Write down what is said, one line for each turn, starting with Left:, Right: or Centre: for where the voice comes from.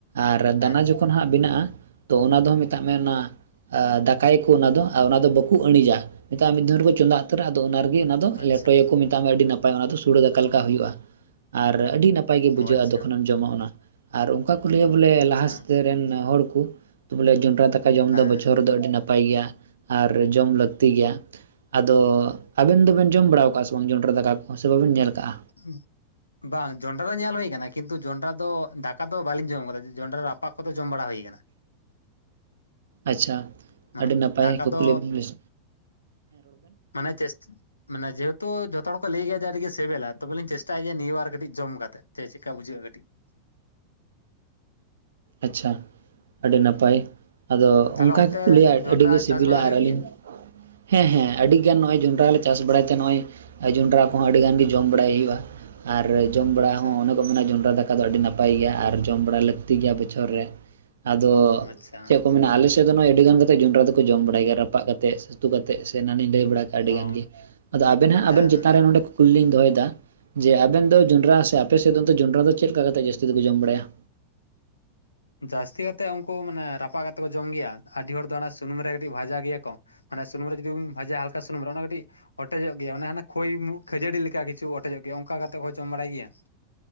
Right: ᱟᱨ
Left: ᱦᱮᱸ
Right: ᱫᱟᱱᱟ ᱡᱚᱠᱷᱼᱼ ᱛᱚᱠᱷᱟᱱ ᱦᱟᱸᱜ ᱵᱮᱱᱟᱜᱼᱟ ᱛᱚ ᱚᱱᱟ ᱫᱚ ᱦᱟᱸᱜ ᱢᱮᱛᱟᱜ ᱢᱮ ᱚᱱᱟᱼᱼ ᱫᱟᱠᱟᱭᱟᱠᱚ ᱚᱱᱟ ᱫᱚ ᱚᱱᱟ ᱫᱚ ᱵᱟᱠᱚ ᱤᱬᱤᱡᱟ ᱱᱮᱛᱟᱜ ᱢᱤᱫ ᱫᱷᱚᱢ ᱨᱮᱠᱚ ᱪᱚᱸᱫᱟ ᱩᱛᱟᱹᱨᱟ ᱟᱫᱚ ᱚᱱᱟ ᱨᱮᱜᱮᱼᱼ ᱞᱮᱴᱚᱭᱟᱠᱚ
Left: ᱟᱪᱪᱷᱟ
Right: ᱢᱮᱛᱟᱜ ᱢᱮ ᱟᱹᱰᱤ ᱱᱟᱯᱟᱭ ᱚᱱᱟ ᱫᱚ ᱥᱩᱲᱮ ᱫᱠᱟᱞ ᱞᱮᱠᱟ ᱦᱩᱭᱩᱜᱼᱟ᱾ ᱟᱨ ᱟᱹᱰᱤ ᱱᱟᱯᱟᱭ ᱜᱮ ᱵᱩᱡᱷᱟᱹᱜᱼᱟ
Left: ᱚ ᱟᱪᱪᱷᱟ
Right: ᱡᱚᱠᱷᱚᱱᱮᱢ ᱡᱚᱢᱟ ᱚᱱᱟ ᱟᱨᱼᱼ ᱚᱠᱟ ᱠᱚ ᱞᱟᱹᱭᱟ ᱵᱚᱞᱮ
Left: ᱟᱪᱪᱷᱟ
Right: ᱞᱟᱦᱟ ᱨᱮᱱ ᱦᱚᱲ ᱠᱚ ᱵᱚᱞᱮ ᱡᱚᱱᱰᱨᱟ ᱫᱟᱠᱟ ᱡᱚᱢ
Left: ᱦᱮᱸ
Right: ᱫᱚ ᱵᱚᱪᱷᱚᱨ ᱨᱮᱫᱚ ᱟᱹᱰᱤ ᱱᱟᱼᱼ ᱱᱟᱯᱟᱭ ᱜᱮᱭᱟ ᱟᱨ ᱡᱚᱢ ᱞᱟᱹᱠᱛᱤ ᱜᱮᱭᱟ᱾ ᱟᱫᱚ ᱟᱵᱮᱱ ᱫᱚᱵᱮᱱ ᱡᱚᱢ ᱵᱟᱲᱟᱣ ᱠᱟᱜᱼᱟ ᱥᱮ ᱵᱟᱝ ᱡᱚᱸᱰᱨᱟ ᱫᱟᱠᱟ ᱠᱚ ᱥᱮ ᱵᱟᱵᱮᱱ ᱧᱮᱞ ᱠᱟᱜᱼᱟ?
Left: ᱦᱮᱸ ᱵᱟᱝ ᱡᱚᱱᱰᱨᱟ ᱫᱚ ᱧᱮᱞ ᱦᱩᱭ ᱟᱠᱟᱱᱟ ᱠᱤᱱᱛᱩ ᱡᱚᱱᱰᱨᱟ ᱫᱚ ᱫᱟᱠᱟ ᱫᱚ ᱵᱟᱞᱤᱧ ᱡᱚᱢ ᱟᱠᱟᱫᱟ ᱡᱚᱱᱰᱨᱟ ᱨᱟᱯᱟᱜ ᱠᱚᱫᱚ ᱡᱚᱢ ᱵᱟᱲᱟ ᱦᱩᱭ ᱟᱠᱟᱱᱟ᱾
Right: ᱟᱪᱪᱷᱟ,
Left: ᱢᱟᱱᱮ
Right: ᱟᱹᱰᱤ ᱱᱟᱯᱟᱭ
Left: ᱫᱟᱠᱟ
Right: ᱠᱩᱠᱞᱤ
Left: ᱫᱚ
Right: ᱵᱤᱱ <unintelligible>
Left: ᱢᱟᱱᱮ ᱪᱮᱥ ᱢᱟᱱᱮ ᱡᱮᱦᱮᱛᱩ ᱡᱚᱛᱚ ᱦᱚᱲ ᱠᱚ ᱞᱟᱹᱭ ᱜᱮᱭᱟ ᱡᱮ ᱟᱰᱤᱜᱮ ᱥᱤᱵᱮᱞᱟ ᱾ ᱛᱚᱵᱮ ᱞᱤᱧ ᱪᱮᱥᱴᱟᱭᱟ ᱱᱤᱭᱩ ᱟᱨ ᱠᱟᱹᱴᱤᱡ ᱡᱚᱢ ᱠᱟᱛᱮ, ᱪᱮᱫ ᱪᱮᱠᱟ ᱵᱩᱡᱷᱟᱹᱜᱼᱟ ᱠᱟᱹᱴᱤᱡ ᱾
Right: ᱟᱪᱪᱷᱟ, ᱟᱹᱰᱤ ᱱᱟᱯᱟᱭ ᱟᱫᱚ
Left: ᱛᱟᱦᱚᱞᱮ
Right: ᱚᱱᱠᱟ
Left: ᱚᱱᱛᱮ
Right: ᱜᱮᱠᱚ ᱞᱟᱹᱭᱟ
Left: ᱡᱚᱱᱰᱨᱟ
Right: ᱟᱹᱰᱤ ᱜᱮ ᱥᱤᱵᱤᱞᱟ,
Left: ᱪᱟᱥ ᱵᱟᱲᱟ
Right: ᱟᱨ
Left: ᱦᱩᱭᱩᱜ
Right: ᱟᱹᱞᱤᱧ
Left: ᱜᱮᱭᱟ
Right: ᱦᱮᱸ ᱦᱮᱸ ᱟᱹᱰᱤ ᱜᱟᱱ ᱱᱚᱜᱼᱚᱭ ᱡᱚᱸᱱᱰᱨᱟ ᱞᱮ ᱪᱟᱥ ᱵᱟᱲᱟᱭ ᱛᱮ ᱱᱚᱜᱼᱚᱭ ᱡᱚᱸᱱᱰᱨᱟ ᱠᱚᱦᱚᱸ ᱟᱹᱰᱤ ᱜᱟᱱ ᱜᱮ ᱡᱚᱢ ᱵᱟᱲᱟᱭ ᱦᱩᱭᱩᱜᱼᱟ ᱾ ᱟᱨ ᱡᱚᱢ ᱵᱟᱲᱟ
Left: ᱟᱪᱪᱷᱟ
Right: ᱦᱚᱸ ᱚᱱᱮ ᱠᱚ ᱢᱮᱱᱟ ᱡᱚᱸᱱᱰᱨᱟ ᱫᱟᱠᱟ ᱫᱚ ᱟᱹᱰᱤ ᱱᱟᱯᱟᱭ ᱜᱮᱭᱟ, ᱟᱨ ᱡᱚᱢ ᱵᱟᱲᱟ ᱞᱟᱹᱠᱛᱤ ᱜᱮᱭᱟ ᱵᱚᱪᱷᱚᱨ ᱨᱮ ᱾ ᱟᱫᱚ,
Left: ᱟᱪᱪᱷᱟ
Right: ᱪᱮᱫ ᱠᱚ ᱢᱮᱱᱟ ᱟᱞᱮᱥ ᱫᱚ ᱱᱚᱜ ᱚᱭ ᱟᱹᱰᱤ ᱜᱟᱱ ᱠᱟᱛᱮ ᱡᱚᱸᱰᱨᱟ ᱫᱚᱠᱚ ᱡᱚᱢ ᱵᱟᱲᱟᱭ ᱜᱮᱭᱟ, ᱨᱟᱯᱟᱜ ᱠᱟᱛᱮ ᱩᱛᱩ ᱠᱟᱛᱮ ᱥᱮ ᱮᱱᱟᱱᱤᱧ ᱞᱟᱹᱭ ᱵᱟᱲᱟ ᱠᱮᱫᱟ ᱾ ᱟᱹᱰᱤ
Left: ᱚ
Right: ᱜᱟᱱ ᱜᱮ, ᱟᱫᱚ ᱟᱵᱮᱱ ᱦᱟᱸᱜ
Left: ᱦᱮᱸ
Right: ᱟᱵᱮᱱ ᱪᱮᱛᱟᱱ
Left: ᱦᱮᱸ
Right: ᱨᱮ ᱱᱚᱰᱮ ᱠᱩᱞᱤ ᱞᱤᱧ ᱫᱚᱦᱚᱭᱮᱫᱟ, ᱡᱮ ᱟᱵᱮᱱ ᱫᱚ ᱡᱚᱸᱰᱨᱟ ᱥᱮ ᱟᱯᱮ ᱥᱮᱫ ᱫᱚ ᱚᱱᱛᱮ ᱡᱚᱸᱰᱨᱟ ᱫᱚ ᱪᱮᱫ ᱞᱮᱠᱟ ᱠᱟᱛᱮ ᱡᱟᱹᱥᱛᱤ ᱫᱚᱠᱚ ᱡᱚᱢ ᱵᱟᱲᱟᱭᱟ?
Left: ᱡᱟᱹᱥᱛᱤ ᱠᱟᱛᱮᱫ ᱩᱱᱠᱩ ᱢᱟᱱᱮ ᱨᱟᱯᱟᱜ ᱠᱟᱛᱮ ᱠᱚ ᱡᱚᱢ ᱜᱮᱭᱟ ᱟᱹᱰᱤ ᱦᱚᱲ ᱫᱚ ᱚᱱᱟ ᱥᱩᱱᱩᱢ ᱨᱮ ᱠᱟᱹᱴᱤᱡ ᱵᱷᱟᱡᱟ ᱜᱮᱭᱟ ᱠᱚ ᱾ ᱢᱟᱱᱮ ᱥᱩᱱᱩᱢ ᱨᱮ ᱡᱩᱫᱤᱵᱤᱱ ᱵᱷᱟᱡᱟ ᱦᱟᱞᱠᱟ ᱥᱩᱱᱩᱢ ᱚᱱᱟ ᱠᱟᱹᱴᱤᱡ ᱚᱴᱮᱡᱚᱜ ᱜᱮᱭᱟ ᱚᱱᱮ ᱦᱟᱱᱮ ᱠᱷᱚᱭ ᱢᱩ ᱠᱷᱟᱹᱡᱟᱹᱲᱤ ᱞᱮᱠᱟ ᱠᱤᱪᱷᱩ ᱚᱴᱮᱡᱚᱜ ᱜᱮᱭᱟ ᱚᱱᱠᱟ ᱠᱟᱛᱮ ᱠᱚ ᱡᱚᱢ ᱵᱟᱲᱟᱭ ᱜᱮᱭᱟ ᱾